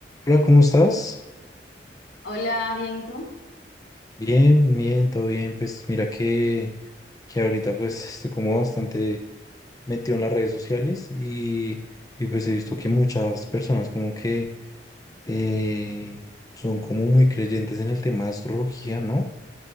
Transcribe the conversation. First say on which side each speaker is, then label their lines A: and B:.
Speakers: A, on the left (about 20°); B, on the left (about 85°).
A: Hola, ¿cómo estás?
B: Hola, bien, ¿y tú?
A: Bien, bien, todo bien. Pues mira que, que ahorita pues estoy como bastante metido en las redes sociales y, y pues he visto que muchas personas como que eh, son como muy creyentes en el tema de astrología, ¿no?